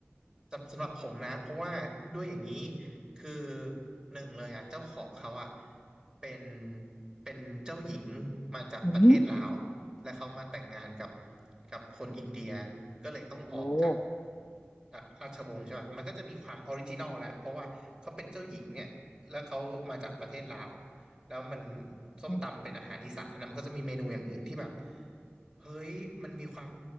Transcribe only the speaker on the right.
สำสำหรับผมนะเพราะว่าด้วยอย่างนี้คือหนึ่งเลยอ่ะเจ้าของเขาอ่ะเป็นเป็นเจ้าหญิงมาจากประเทศลาว
และเขามาแต่งงานกับกับคนอินเดียก็เลยต้องออกจาก
จากราชวงศ์ใช่ป่ะมันก็จะมีความออริจินอลแหละเพราะว่าเขาเป็นเจ้าหญิงเนี่ยแล้วเขามาจากประเทศลาวแล้วมันส้มตำเป็นอาหารอีสานนะมันก็จะมีเมนูอย่างอื่นที่แบบ
เฮ้ย มันมีความ